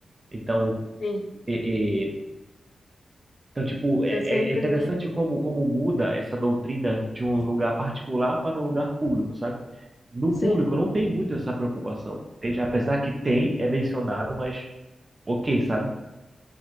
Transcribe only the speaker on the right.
Então,
é, é, então, tipo, é,
é interessante como, como muda essa doutrina de um lugar particular para um lugar público, sabe? No
público não tem muito essa preocupação, entende? Apesar que tem, é mencionado, mas ok, sabe?